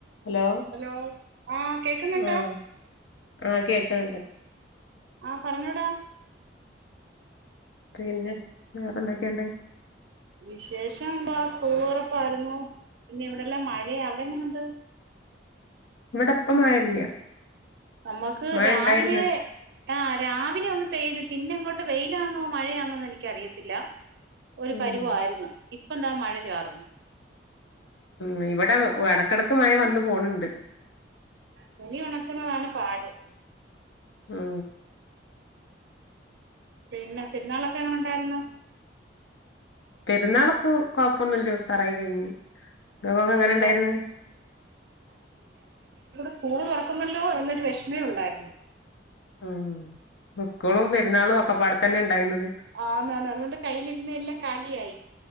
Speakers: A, on the left; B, on the right.
A: ഹലോ
B: ഹലോ ആഹ് കേക്കുന്നുണ്ടോ
A: ആഹ് ആഹ് കേക്ക്ണ് ണ്ട്
B: ആഹ് മ്മ് പറഞ്ഞോടാ
A: പിന്നെ വേറെ എന്തൊക്കെയുണ്ട്
B: വിശേഷം എന്താ സ്കൂൾ തൊറപ്പായ്രുന്നു പിന്നെ ഇവിടെല്ലാം മഴയ അവിടെ എങ്ങനെ ഉണ്ട്
A: ഇവിടിപ്പം മഴയില്ല
B: നമ്മുക്ക്
A: മഴ
B: രാവിലെ-
A: ഉണ്ടായിരുന്നു
B: ആ രാവിലെ ഒന്ന് പെയ്ത് പിന്നെ അങ്ങോട്ട് വെയിലാന്നോ മഴയാന്നോന്ന് എനിക്ക് അറിയത്തില്ല ഒരു
A: ഉം
B: പരുവം ആയിരുന്നു ഇപ്പൊന്താ മഴ ചാറുന്നു
A: മ്മ് ഇവിടെ- ഓഹ് എടക്കെടയ്ക്ക് മഴ വന്നു പോണണ്ട്
B: തുണി ഉണക്കുന്നതാണ് പാട്
A: മ്മ്
B: പിന്നെ പെരുന്നാളൊക്കെ എങ്ങനെ ഉണ്ടായിരുന്നു
A: പെരുന്നാളൊക്കൂ കൊഴപ്പൊന്നല്ല ഉസാറായി കഴിഞ്ഞ് നിങ്ങക്കൊക്കെ എങ്ങനെ
B: എന്താ
A: ഇണ്ടായിരുന്ന്
B: സ്കൂൾ തുറക്കുന്നല്ലോ എന്നൊരു വിഷമേ ഉണ്ടായിരുന്നു
A: മ്മ് സ്‌കൂളും പെരുന്നാളും ഒക്കെ- ക്കെ അടുത്ത് തന്നെ ഉണ്ടായിരുന്നത്
B: ആ ന്ന് ന്ന് അതുകൊണ്ട് കയ്യിയിലിരുന്നെയെല്ലാം- കാലിയായി